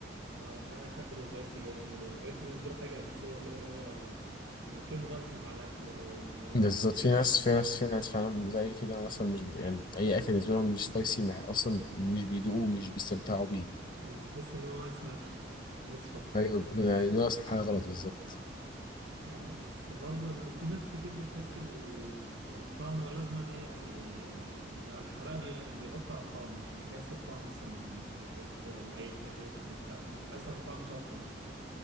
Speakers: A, on the right (about 85°); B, on the left (about 45°).
A: آه، احيانا بحب السبايسي جامد انا السبايسي بالنسبه لي حاجه اساسيه كده اللي هو مكنه ملح مع الاكل لو مع الفيش
B: بالظبط في ناس في ناس في ناس فعلا زي كده مثلا مش بت... يعني اي اكل بالنسبه لهم مش سبايسي مع... اصلا مش بيدوقوه ومش بيستمتعوا بيه
A: آه، بتحس اللي هو ناقص ملح <laughs> ناقص شطه
B: ايوه يعني ناقص حاجه غلط بالظبط
A: آه، بس برضه ال- في ناس كتير بتحس ال- الطعم لازما ايه يعني إيه، آه، لو الحراق بيغ- بيغطي على الطعم مش بيحس بطعم مثلا بيحس العيش بيحس اللحم مش حاسس الا بطعم شطه بس